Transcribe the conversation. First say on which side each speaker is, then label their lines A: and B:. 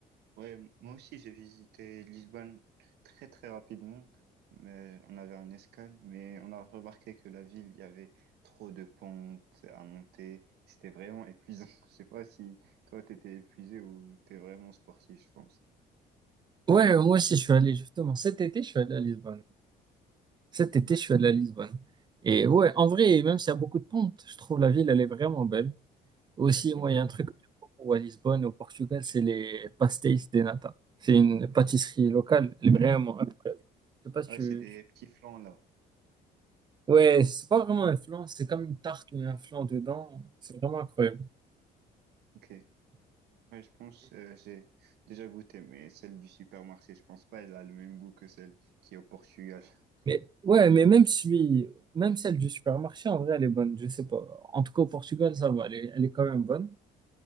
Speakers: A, on the right; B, on the right.
A: Ouais, m- moi aussi, j'ai visité Lisbonne très, très rapidement, mais on avait un escale, mais on a remarqué que la ville, il y avait trop de pentes à monter. C'était vraiment épuisant. <laughs> Je sais pas si toi, t'étais épuisé ou t'es vraiment sportif, je pense.
B: Ouais, moi aussi, je suis allé justement. Cet été, je suis allé à Lisbonne. Cet été, je suis allé à Lisbonne. Et ouais, en vrai, même s'il y a beaucoup de pentes, je trouve la ville, elle est vraiment belle. Aussi, moi,
A: Mm.
B: il y a un truc que j'aime beaucoup à Lisbonne, au Portugal, c'est les pastéis de nata. C'est une pâtisserie locale, elle est vraiment
A: Ouais.
B: incroyable. Je sais pas si
A: Ah
B: tu...
A: Ouais, c'est des petits flans là.
B: Ouais, c'est pas vraiment un flan, c'est comme une tarte mais un flan dedans. C'est vraiment incroyable.
A: Ok. Ouais, je pense, euh, j'ai déjà goûté, mais celle du supermarché, je pense pas, elle a le même goût que celle qui est au Portugal. <laughs>
B: Mais ouais, mais même celui, même celle du supermarché, en vrai, elle est bonne. Je sais pas. En tout cas, au Portugal, ça va. Elle est, elle est quand même bonne.